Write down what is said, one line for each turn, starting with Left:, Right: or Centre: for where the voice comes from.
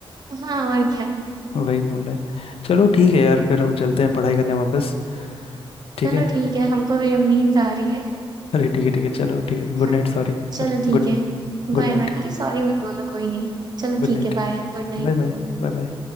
Right: हाँ और क्या
Left: वही बोल रहे हैं चलो ठीक है यार फिर हम चलते हैं पढ़ाई करने वापस
Right: हम्म।
Left: ठीक
Right: चलो
Left: है
Right: ठीक है हमको भी अब नींद आ रही है
Left: अरे ठीक है ठीक है चलो ठीक है good
Right: हाँ,
Left: night sorry sorry
Right: चलो ठीक
Left: good night
Right: है बाय
Left: Good night
Right: बाय अरे सॉरी मत बोलो कोई नहीं चलो
Left: Good
Right: ठीक
Left: night
Right: है बाय गुड नाइट
Left: bye bye Bye bye